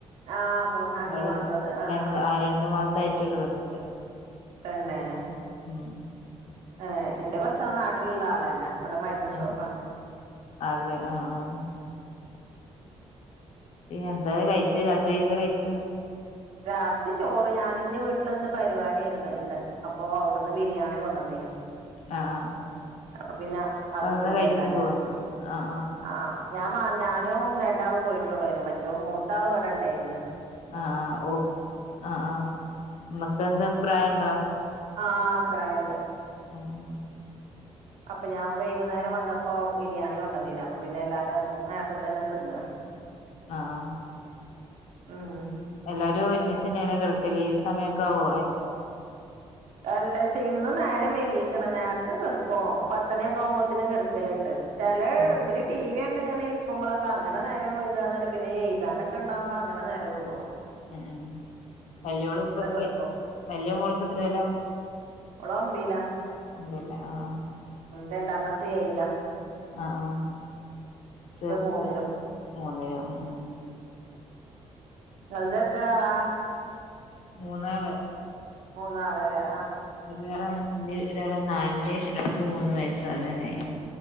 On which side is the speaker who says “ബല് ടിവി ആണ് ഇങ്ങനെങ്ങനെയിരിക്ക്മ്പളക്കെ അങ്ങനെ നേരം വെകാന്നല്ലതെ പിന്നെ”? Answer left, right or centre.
Right